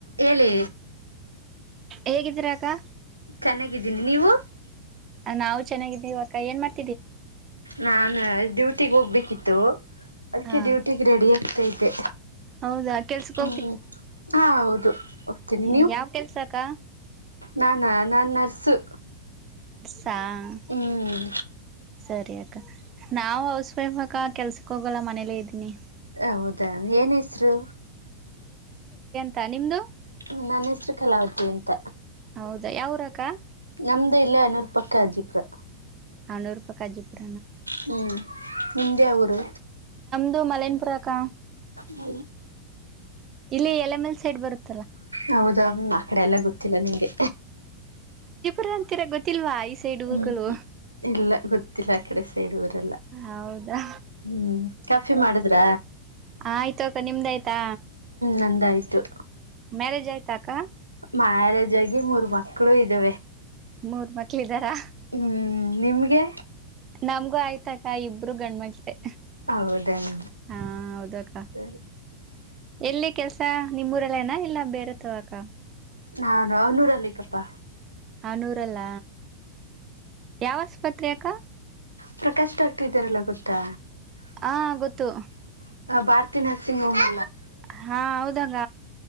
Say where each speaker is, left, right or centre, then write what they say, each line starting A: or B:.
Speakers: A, on the right; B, on the right.
A: ಹೇಳಿ
B: ಹೇಗಿದ್ದೀರಾ ಅಕ್ಕ
A: ಚೆನ್ನಾಗಿದ್ದೀನಿ ನೀವು
B: ನಾವು ಚೆನ್ನಾಗಿದ್ದೀವ ಅಕ್ಕ ಏನ್ ಮಾಡ್
A: ನಾ ಡ್ಯೂಟಿಗ್ ಹೋಗ್ಬೇಕಿತ್ತು ಅದಕ್ಕೆ
B: ಹಾ
A: ಡ್ಯೂಟಿಗ್ ರೆಡಿ ಆ ಇತ ಇದ್ದೆ
B: ಹೌದಾ ಕೆಲ್ಸಕ್
A: ಹ್ಮ ಹ ಹೌದು ಹೋಗ್ತೀನಿ
B: ಹ್ಮ ಯಾವ ಕೆಲ್ಸ ಅಕ್ಕ
A: ನಾನ ನನ್ನು ನರ್ಸು
B: ಸಾಂಗ
A: ಹ್ಮ್
B: ಸರಿಯ ನಾವ್ ಹೌಸ್ ವೈಫ್ ಅಕ್ಕ ಕೆಲ್ಸಕ್ ಹೋಗಲ್ಲ ಮನೇಲಿ ಇದ್ದೀನಿ
A: ಹೌದಾ ಏನ್ ಹೆಸರು
B: ತಾ ನಿಮ್ಮದು
A: ಹ್ಮ ನನ್ ಹೆಸರು ಕಲಾವತಿ ಅಂತ
B: ಹೌದಾ ಯಾವೂರಕ್ಕ
A: ನಮ್ದು ಇಲ್ಲೇ ಏನೂರ ಪಕ್ಕ ಅಜ್ಜಿಪುರ
B: ಹನೂರೂ ಪಕ್ಕ ಅಜ್ಜೀಪುರ
A: ಹ್ಮ್ ನಿಮ್ಮದು ಯಾವ ಊರು
B: ಇದು ಮಲನಪುರ ಅಕ್ಕ
A: ಅ
B: ಇಲ್ಲಿ ಎಲೆಮೇಲ್ ಸೈಡ್ ಬರುತ್ತೆ
A: ಹೌದಾ ಮ ಆ ಕಡೆ ಎಲ್ಲ ಗೊತ್ತಿಲ್ಲ ನಂಗೆ
B: ರ ಅಂತೀರ ಗೊತ್ತಿಲ್ವ ಈ ಸೈಡ್ ಊರುಗಳು
A: ಹ್ಮ್ ಇಲ್ಲ ಗೊತ್ತಿಲ್ಲ ಆ ಕಡೆ ಸೈಡುವರು
B: ಹೌದಾ
A: ಹ್ಮ್ ಕಾಫಿ ಮಾಡಿದ್ರ
B: ಹ ಆಯ್ತು ಅಕ್ಕ ನಿಮ್ದ ಆಯ್ತಾ
A: ನಂದಾಯ್ತು
B: ಮ್ಯಾರೇಜ್ ಆಯ್ತಾ ಅಕ್ಕ
A: ಮ್ಯಾರೇಜ್ ಆಗಿ ಮೂರ್ ಮಕ್ಕಳು ಇದ್ದೆ
B: ಮೂರ್ ಮಕ್ಳ ಇದ್ದಾರಾ
A: ಹ್ಮ್ ನಿಮ್ಗೆ
B: ನಮ್ಗೂ ಆಯ್ತಕ್ಕ ಇಬರು ಗಂಡ್ಮಮಕ್ಕ್ಳಲೆ
A: ಹೌದನ್
B: ಹಾ ಹೌದಕ್ಕ
A: ಸರಿ
B: ಎಲ್ಲಿ ಕೆಲ್ಸ ನಿಮೂರೆಲ್ಲಏನಾ ಇಲ್ಲ ಬೇರೆ ತವಕ
A: ನಾನೂ ಹನೂರ್ ಅಲ್ಲಿಕಪ್ಪಾ
B: ಹ ನೂರಲ್ಲ ಯಾವ ಆಸ್ಪತ್ರೆ ಅಕ್ಕ
A: ಪ್ರಕಾಶ್ ಡಾಕ್ಟರ್ ಇದ್ದಾರಲ್ಲ ಗೊತ್ತಾ
B: ಹಾ ಗೊತ್ತು
A: ಭಾರತಿ ನರ್ಸಿಂಗ್ ಹೋಮ್
B: ಹಾ ಹೌದಾಗ